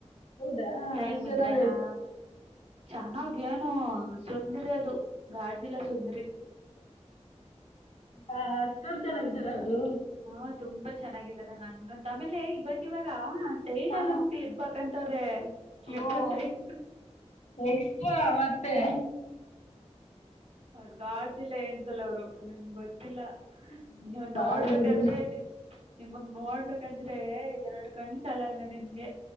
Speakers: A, on the left; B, on the right.
A: ಹೌದಾ
B: ಟೈಮಿದ್ರೆ
A: ಅಷ್ಟ್ ಚೆನ್ನಾಗಯ್ತಾ
B: ಆ. ಚೆನ್ನಾಗ್ ಏನೊ ಸುಂದ್ರಿ ಅದು ಗಾಡ್ಜಿಲ್ಲಾ ಸುಂದ್ರಿ.
A: ಹಾ ಅಷ್ಟೊಂದು ಚೆನ್ನಾಗಿದ್ದಾರಾ ಅದು.
B: ಹಾ ತುಂಬಾ ಚೆನ್ನಾಗಿದ್ದಾನೆ ನನ್ಗಂತು ಆಮೇಲೆ ಇವಾಗ ಇವಾಗಿವಾಗ ಸೈಡಲ್ಲ್
A: ಹಾ
B: ಒಂದ್ ಕ್ಲಿಬ್ ಹಾಕಂತವ್ರೆ ಕ್ಲಿಬ್
A: ಓ
B: ಸೈಡ್
A: ಎಕ್ಸ್ಟ್ರಾ ಮತ್ತೆ.
B: ಅವರ್ ಗಾಡ್ಜಿಲ್ಲ ಏಂಜೆಲ್ ಅವ್ರು. ನಿಮ್ ಗೊತ್ತಿಲ್ಲ
A: ನೀನ
B: ನೀವ್
A: ಬಾರಿ
B: ನೋಡ್ಬೇಕಾದ್ರೆ
A: ಬಿಡಿ
B: ನೀ ನಿಮಗ್ ನೋಡ್ಬೇಕಂದ್ರೆ ಎರಡ್ ಕಣ್ಸಾಲಲ್ವ ನಿಮ್ಗೆ